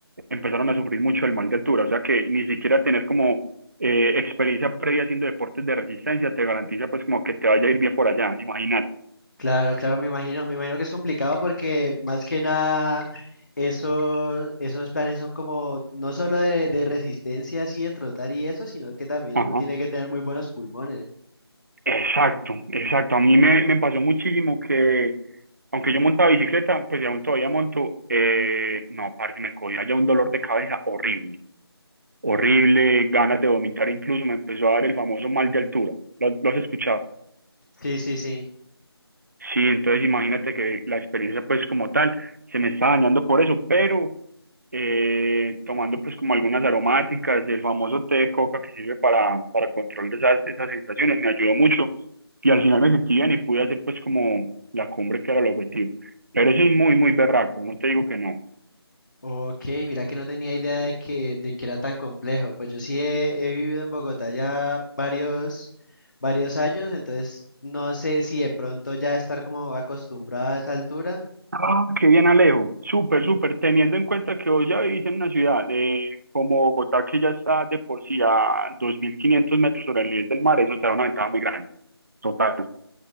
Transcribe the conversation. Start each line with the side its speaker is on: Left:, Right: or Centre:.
Right: empezaron a sufrir mucho el mal de altura. O sea que ni siquiera tener como eh, experiencia previa haciendo deportes de resistencia te garantiza pues como que te vaya a ir bien por allá, imagínate.
Left: Claro, claro, me imagino, me imagino que es complicado porque más que nada esos, esos planes son como no solo de, de resistencia así de trotar y eso, sino que también
Right: Ajá.
Left: uno tiene que tener muy buenos pulmones.
Right: Exacto, exacto. A mí me, me pasó muchísimo que, aunque yo montaba bicicleta, pues ya aún todavía monto, eh, no, parce, me cogía ya un dolor de cabeza horrible, horrible, ganas de vomitar incluso, me empezó a dar el famoso mal de altura. ¿Lo, lo has escuchado?
Left: Sí, sí, sí.
Right: Sí, entonces imagínate que la experiencia pues como tal se me está dañando por eso, pero eh, tomando pues como algunas aromáticas, el famoso té de coca que sirve para, para control de esas, esas sensaciones, me ayudó mucho y al final me sentí bien y pude hacer pues como la cumbre que era el objetivo. Pero eso es muy, muy berraco, no te digo que no.
Left: Ok, mira que no tenía idea de que, de que era tan complejo. Pues yo sí he, he vivido en Bogotá ya varios, varios años, entonces no sé si de pronto ya estar como acostumbrado a esa altura.
Right: Ah, qué bien Alejo, súper, súper, teniendo en cuenta que hoy ya vivís en una ciudad eh, como Bogotá que ya está de por sí a 2.500 metros sobre el nivel del mar, eso te da una ventaja muy grande. Total,